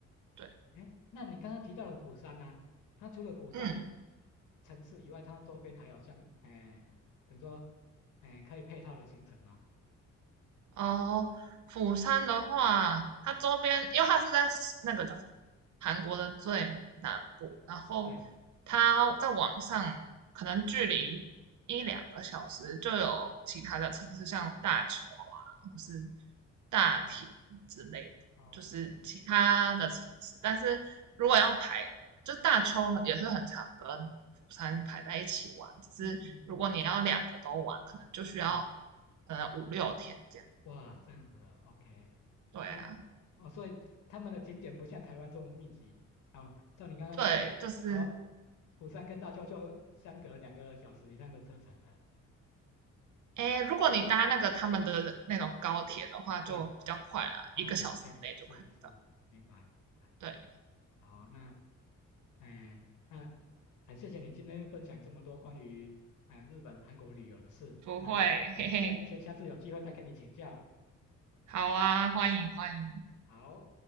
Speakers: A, on the right; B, on the left.
A: 对，
B: 哎，那你刚刚提到的釜山呢、它除了釜山
A: 嗯。
B: 城市以外，它周边还有像，哎，等于说，哎，可以配套的行程吗？
A: 哦，釜山的话，它周边，
B: 嗯，
A: 因为它是在那个叫什么韩国的最南部，然后
B: 对，
A: 它在网上可能距离一两个小时就有其他的城市，像大邱啊，或是大田之类的，
B: 哦，OK，
A: 就是其他的城市。但是如果要排，就大邱也是很常跟釜山排在一起玩，只是如果你要两个都玩，
B: 嗯嗯嗯，
A: 可能就需要
B: 对，
A: 呃五六天这样。
B: 哇，这样子的，OK，
A: 对啊，
B: 哦哦，所以他们的景点不像台湾这么密集。哦，照你刚刚说，
A: 对，就是，
B: 哦，釜山跟大邱就相隔两个小时以上的车程了。
A: 诶，如果你搭那个他们的那种高铁的话，
B: 对，
A: 就比较快啦，
B: 哦，OK，
A: 一个小时内就可以到。
B: 是是，明白明白。
A: 对，
B: 好，那，哎、那，哎、谢谢你今天分享这么多关于哎、日本、韩国旅游的事。
A: 不会，
B: 那，哎、
A: 嘿嘿，
B: 下下下次有机会再跟你请教。
A: 好啊，欢迎欢迎。
B: 好。